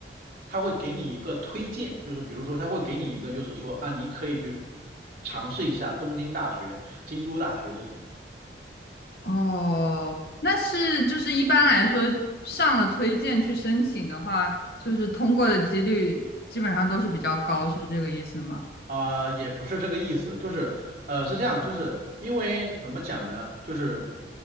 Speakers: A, on the right; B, on the left.
A: 他会给你一个推荐，就是比如说他会给你一个，就是说啊，你可以去尝试一下东京大学、京都大学这种。
B: 哦，那是就是一般来说上了推荐去申请的话，就是通过的几率基本上都是比较高，是这个意思吗？
A: 啊，也不是这个意思，就是呃是这样，就是因为怎么讲呢，就是